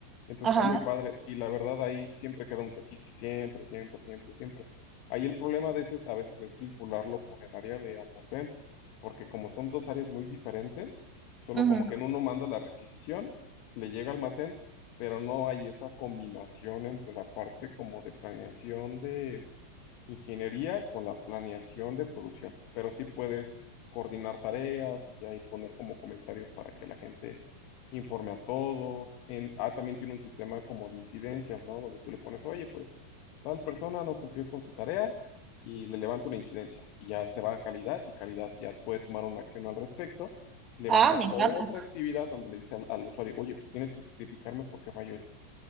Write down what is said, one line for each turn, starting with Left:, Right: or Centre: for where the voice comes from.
Left: Entonces
Right: ajá.
Left: está muy padre. Y la verdad, ahí siempre queda un registro, siempre, siempre, siempre, siempre. Ahí el problema de este es, a veces es vincularlo con el área de almacén, porque como son dos áreas muy diferentes Solo
Right: ujú.
Left: como que en uno manda la requisición, le llega al almacén, pero no hay esa combinación entre la parte como de planeación de ingeniería con la planeación de producción, pero sí puedes coordinar tareas y ahí poner como comentarios para que la gente informe a todos. En, ah, también tiene un sistema como de incidencias, ¿no? Donde tú le pones, oye, pues tal persona no cumplió con su tarea y le levanta una incidencia y ya se va a calidad y calidad ya puede tomar una acción al respecto. Levanta
Right: Ah, me encanta.
Left: otra actividad donde le dice al, al usuario, oye, pues tienes que justificarme por qué falló esto.